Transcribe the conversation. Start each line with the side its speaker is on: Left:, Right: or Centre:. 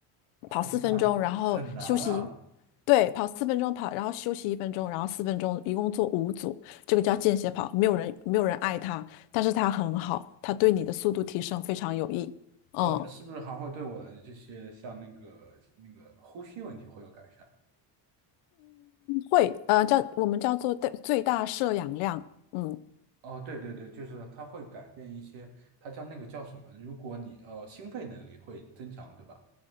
Right: 哦，
Left: 跑四分钟，
Right: 那很难啊。
Left: 然后休息，对，跑四分钟跑，然后休息一分钟，然后四分钟，一共做五组，这个叫间歇跑，没有人没有人爱它，但是它很好，它对你的速度提升非常有益。嗯，
Right: 呃，它是不是还会对我的这些像那个那个呼吸问题会有改善？
Left: 会，呃，叫我们叫做最最大摄氧量，嗯
Right: 哦，对对对，就是它会改变一些，它叫那个叫什么？如果你呃心肺能力会增强，对吧？